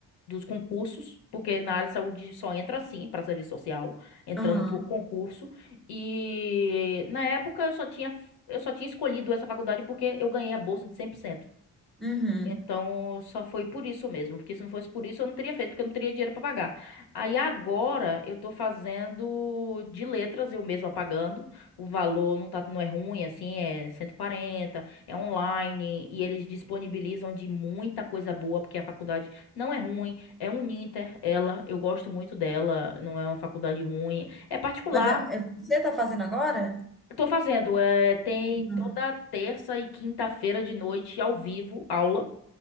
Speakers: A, on the left; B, in the centre.
A: dos concursos, porque na área de saúde só entra assim para serviço social, entrando
B: Aham.
A: por concurso. E na época eu só tinha eu só tinha escolhido essa faculdade porque eu ganhei a bolsa de 100%.
B: Uhum.
A: Então, só foi por isso mesmo, porque se não fosse por isso, eu não teria feito, porque eu não teria dinheiro para pagar. Aí agora eu tô fazendo de letras, eu mesma pagando. O valor não tá, não é ruim, assim, é 140, é online, e eles disponibilizam de muita coisa boa, porque a faculdade não é ruim, é um Uninter, ela, eu gosto muito dela, não é uma faculdade ruim, é particular.
B: Mas é- é- você está fazendo agora?
A: Tô fazendo, é, tem
B: Aham,
A: toda terça e quinta-feira de noite ao vivo aula.